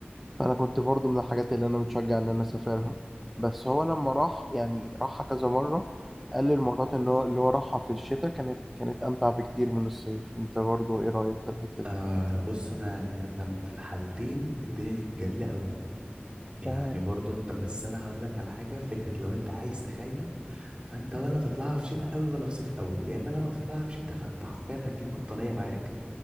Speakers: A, in the centre; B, on the right.
A: فانا كنت برضو من الحاجات اللي انا متشجع ان انا اسافرها بس هو لما راح يعني راحها كذا مرة قال لي المرات ان هو اللي هو راحها في الشتاء كانت كانت امتع بكتير من الصيف انت برضو ايه رأيك في الحتة دي
B: آه بص انا يعني انا في الحالتين الدنيا كانت جميلة قوي يعني
A: تمام
B: برضو انت بس انا هقول لك على حاجه فكره لو انت عايز تخيم فانت ولا تطلعها في شتاء قوي ولا في صيف قوي يا اما لو هتطلعها في شتاء فانت حرفيا هتجيب بطانيه معاك